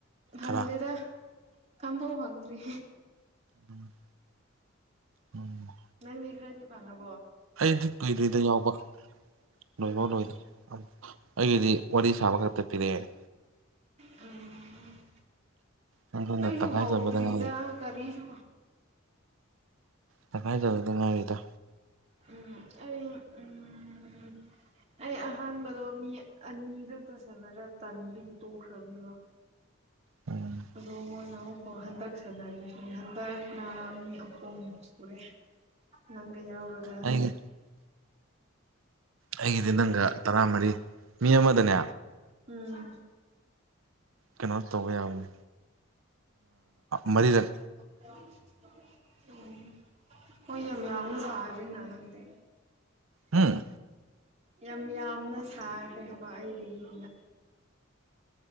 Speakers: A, on the right (about 35°); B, on the right (about 80°).
A: ꯍꯪꯗꯦꯗ
B: ꯈꯔ
A: ꯑꯝꯐꯥꯎ ꯍꯪꯗꯔꯤ
B: ꯎꯝ ꯎꯝ
A: ꯅꯪꯅꯦ ꯈꯔꯗꯤ ꯐꯪꯉꯕꯣ
B: ꯑꯩꯗꯤ ꯀꯨꯏ꯭ꯔꯦꯗ ꯌꯥꯎꯕ
A: ꯎꯝ
B: ꯂꯣꯏꯐꯥꯎ ꯂꯣꯏꯗꯦ ꯑꯩꯒꯤꯗꯤ ꯋꯥꯔꯤ ꯁꯥꯕ ꯈꯛꯇ ꯄꯤꯔꯛꯑꯦ
A: ꯎꯝ
B: ꯑꯗꯨꯅ
A: ꯑꯩꯁꯨ
B: ꯇꯪꯈꯥꯏꯖꯕꯗ
A: ꯍꯧꯎꯗꯔꯤꯗ
B: ꯉꯥꯏꯔꯤ
A: ꯀꯔꯤꯁꯨ
B: ꯇꯪꯈꯥꯏ ꯇꯧ ꯗ ꯉꯥꯏꯔꯤꯗ
A: ꯎꯝ ꯑ ꯎꯝ ꯑꯩ ꯑꯍꯥꯟꯕꯗꯣ ꯃꯤ ꯑꯅꯤ ꯈꯛꯇꯥ ꯁꯥꯟꯅꯔ ꯇꯥꯟꯕꯒꯤ ꯇꯣꯛꯈꯔꯥꯕꯅꯦ
B: ꯎꯝ
A: ꯑꯗꯣ ꯃꯣꯏꯅ ꯑꯃꯨꯛꯐꯥꯎ ꯍꯟꯗꯛ ꯁꯅꯔꯤꯁꯤ ꯍꯟꯗꯛꯅ ꯃꯤ ꯑꯍꯨꯝ ꯁꯨꯔꯦ ꯅꯪꯒ ꯌꯥꯎꯔꯒ
B: ꯑꯩꯒꯤ ꯑꯩꯒꯤꯗꯤ ꯅꯪꯒ ꯇꯔꯥꯃꯔꯤ ꯃꯤ ꯑꯃꯗꯅꯦ
A: ꯎꯝ
B: ꯀꯩꯅꯣ ꯇꯧꯕꯌꯥꯕꯅꯤ ꯃꯔꯤꯔꯛ
A: <unintelligible> ꯎꯝ ꯑꯣꯏ ꯑꯃꯤꯌꯥꯝꯌꯥꯝꯅ ꯁꯥꯒꯅꯅꯗ
B: ꯎꯝ
A: ꯑꯦ ꯌꯥꯝ ꯌꯥꯝꯅ ꯁꯥꯈ꯭ꯔꯦ ꯍꯥꯏꯕ ꯑꯩꯗꯒꯤꯅ